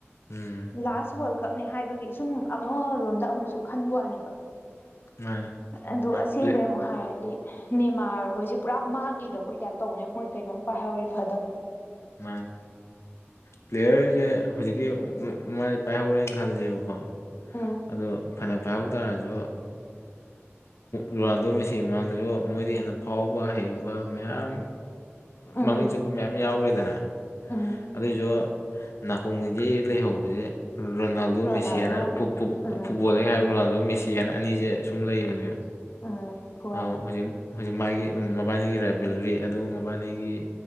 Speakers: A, on the left; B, on the left.
A: ꯎꯝ
B: ꯂꯥꯁ ꯋꯥꯔꯜ ꯀꯞꯅꯦ ꯍꯥꯏꯕꯒꯤ ꯁꯨꯝ ꯑꯃꯔꯣꯝꯗ ꯑꯃꯨꯛꯁꯨ ꯈꯟꯕ ꯋꯥꯅꯦꯕ
A: ꯃꯥꯅꯦ
B: ꯑꯗꯨ ꯑꯁꯦꯡꯕꯩ
A: ꯄ꯭ꯂꯦꯠ
B: ꯑꯃꯨꯛ ꯍꯥꯏꯔꯗꯤ ꯅꯦꯃꯥꯔ ꯍꯣꯏꯖꯤ ꯄꯨꯔꯥ ꯃꯥꯡꯈꯤꯗꯕ ꯑꯣꯏ ꯇꯥꯏꯞ ꯇꯧꯕꯅꯦ ꯃꯣꯏ ꯀꯩꯅꯣꯝ ꯄꯥꯏꯍꯧꯔꯤ ꯐꯥꯗꯣ
A: ꯃꯥ ꯄ꯭ꯂꯦꯌꯔꯁ ꯍꯧꯖꯤꯛꯀꯤ ꯃꯥꯗꯤ ꯄꯥꯏꯍꯧꯔꯦꯅ ꯈꯜꯁꯦꯕꯀꯣ
B: ꯎꯝ
A: ꯑꯗꯣ ꯐꯅ ꯄꯥꯏꯍꯧ ꯇꯥꯥꯔꯁꯨ ꯂꯨꯔꯥꯟꯗꯣꯏ ꯃꯦꯁꯤ ꯃ ꯑꯗꯨꯁꯨ ꯃꯣꯏꯗ ꯍꯦꯟꯅ ꯐꯥꯎꯕ ꯍꯩꯕ ꯃꯌꯥꯝ
B: ꯎꯝ
A: ꯃꯃꯤꯡ ꯆꯠꯄ ꯃꯌꯥꯝ ꯌꯥꯎꯔꯦꯗꯅ
B: ꯎꯝ
A: ꯑꯗꯨꯏꯁꯨ ꯅꯥꯀꯣꯡꯗꯒꯤ ꯂꯩꯍꯧꯕꯁꯦ ꯔꯣꯅꯥꯜꯗꯣ
B: ꯔꯣꯅꯥꯜꯗꯣ
A: ꯃꯦꯁꯤ ꯍꯥꯏꯅ
B: ꯎꯝ
A: ꯐꯨꯠꯕꯣꯜꯂ ꯍꯥꯏꯕ ꯔꯣꯅꯥꯜꯗꯣ ꯃꯦꯁꯤ ꯍꯥꯏꯅ ꯑꯅꯤꯁꯦ ꯁꯨꯝ ꯂꯩꯕꯅꯦꯕ
B: ꯎꯝ ꯍꯣꯏ
A: ꯑ ꯍꯧꯖꯤꯛ ꯍꯧꯖꯤꯛ ꯃꯥꯒꯤ ꯃꯕꯥꯅꯤꯒꯤ ꯔꯥꯏꯕꯦꯜꯔꯤ ꯑꯗꯨꯒ ꯕꯥꯅꯤꯒꯤ